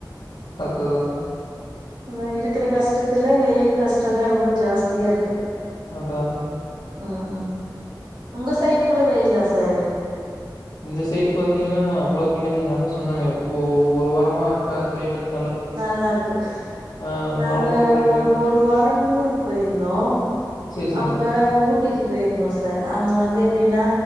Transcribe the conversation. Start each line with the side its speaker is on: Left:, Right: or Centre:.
Left: பத்தாதான்
Right: அதான் இருக்கிற கஷ்டத்துல வெயில் கஷ்ட அதான் ரொம்ப ஜாஸ்தியா இருக்கு
Left: அத அத
Right: ஆஹ உங்க சைடு கூட வெயிலா சார்
Left: இந்த சைடு பாத்தீங்கன்னா அவ்வளவு கிள்ளைங்க நா தான் சொன்னே ஒரு வாரமா இப்ப கிளைமேட்
Right: நல்லா இருக்கு
Left: ஆ
Right: நாங்க
Left: மோடம் போட்டிருக்கு.
Right: ஒரு ஒரு வாரம் டூருக்கு போயிருந்தோம்
Left: சரி, சரிங்க.
Right: அப்ப ஊட்டிக்கு போயிருந்தோம் சார் அங்க வந்து எப்படின்னா